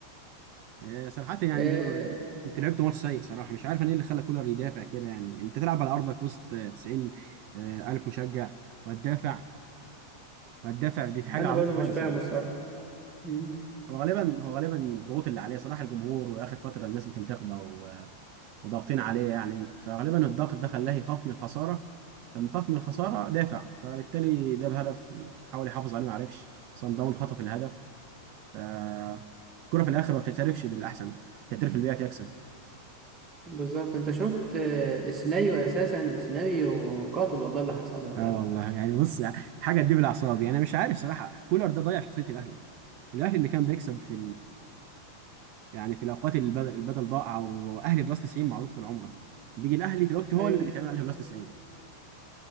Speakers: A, on the right; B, on the right.
A: إيه صراحه يعني
B: آه
A: دي انت لعبت ماتش سيء صراحه مش عارف انا ايه اللي خلى كولر يدافع كده يعني انت تلعب على ارضك وسط 90 الف مشجع وهتدافع وهتدافع دي في حاجه
B: انا
A: عبيطه
B: برضه
A: خالص
B: مش فاهم
A: يعني.
B: الصراحة مم،
A: هو غالبا هو غالبا الضغوط اللي عليه صراحه الجمهور واخر فتره الناس بتنتقده و- وضاغطين عليه يعني فغالبا الضغط ده خلاه يخاف من الخساره فلما خاف من الخساره دافع فبالتالي جاب هدف وحاول يحافظ عليه ما عرفش صن داون خطف الهدف ف- الكره في الاخر ما بتعترفش بالاحسن بتعترف اللي بيعرف يكسب
B: بالظبط انت شفت آه، السيناريو اساسا سيناريو قاتل والله اللي حصل لنا
A: اه
B: ده يا عم.
A: والله يعني بص حاجه تجيب الاعصاب يعني انا مش عارف صراحه كولر ده ضيع شخصيه الاهلي الاهلي اللي كان بيكسب في يعني في الاوقات اللي البدل البدل ضاع او اهلي بلس 90 معروف طول عمره بيجي الاهلي دلوقتي هو
B: ايوه
A: اللي بيتعمل عليه بلس 90